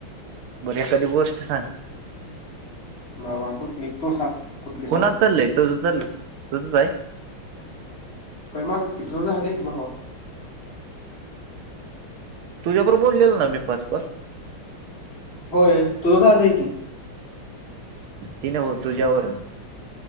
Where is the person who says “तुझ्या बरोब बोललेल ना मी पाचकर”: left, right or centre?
Right